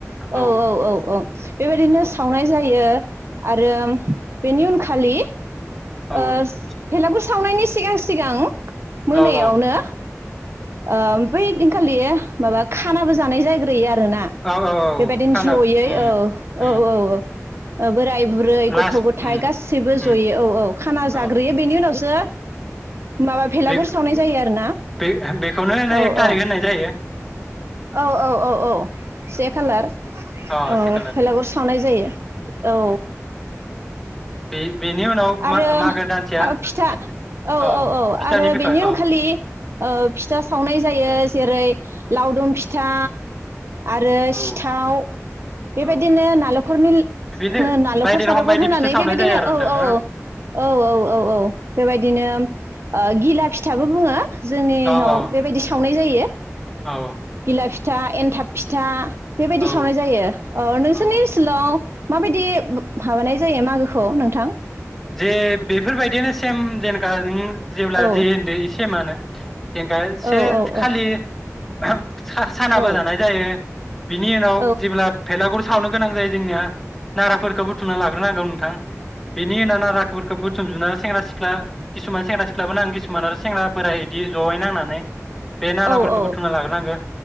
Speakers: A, on the right; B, in the centre.
A: औ
B: ओ
A: औ औ औ बेबायदिनो सावनाय जायो आरो बेनि उन खालि
B: औ
A: ओ
B: नोंथां
A: भेलागुर सावनायनि सि सिगां सिगां
B: औ
A: मोनायावनो
B: औ
A: ओह बै दिनखालि माबा खानाबो जानाय जायग्रोयो आर रोना
B: औ औ
A: बेबादिनो
B: औ खाना
A: जयै
B: उम
A: औ
B: उम
A: औ औ औ बोराय बुरै
B: लास्ट
A: गथ' गथाय
B: उम
A: गासैबो
B: उम
A: जयै औ औ खाना
B: औ
A: जाग्रोयो
B: ओ
A: बेनि उनावसो माबा भेलागुर
B: बे
A: सावनाय जायो आरो ना।
B: बे बेखौनो ओनो
A: औ औ
B: एक तारिक ओननाय जायो।
A: औ औ औ औ से खालार
B: अ
A: ओउ
B: से खालार
A: भेलागुर सावनाय जायो औ।
B: बे बेनि उनाव
A: आरो
B: मा मागो दानसेया
A: फिथा
B: फिथ
A: औ औ औ
B: फिथानि
A: आरो
B: बिखय
A: बेनि
B: औ
A: उनखालि ओह फिथा सावनाय जा जायो जेरै लावदुम फिथा आरो
B: औ
A: सिथाव बेबायदिनो
B: औ
A: नालखरनि ला
B: बिदिनो
A: ओह नालखर
B: बायदि
A: सालखर
B: रोखोम बायदि
A: होनानै
B: फिथा सावनाय
A: बेबायदिनो
B: जायो आरो नोंथां
A: औ औ
B: ना
A: औ औ औ औ औ बेबायदिनो ओ गिला फिथाबो बुङो जोंनिहाव
B: औ
A: बेबायदि सावनाय जा जायो।
B: औ औ।
A: गिला फिथा एन थाब फिथा बेबायदि
B: ओ
A: सावनाय जायो अ नोंसोरनि
B: औ
A: ओनसोलाव माबायदि बोब भाबानाय जायो मागोखौ नोंथां
B: जे बेफोरबायदियानो सेम जेनेका नों जेब्ला
A: औ
B: जे होनदो इ सेमानो। <inaudible>
A: औ औ
B: खालि
A: औ
B: <inaudible> सा सानाबो
A: औ
B: जानाय जायो। बिनि उनाव
A: औ
B: जेब्ला भेलागुर सावनो गोनां जायो जोंनिया नाराफोरखौ बुथुमना लाग्रोरोनांगौ नों थां। बेनि उनाव नाराफोरखौ बुथुमजुबना सेंग्रा सिख्ला किसुमान सेंग्रा सिख्लाबोनां किसु मान आरो सेंग्रा बोराय बिदि जयै नांनानै बे नाराफोरखौ
A: औ
B: बुथुमना लाग्रोनांगो।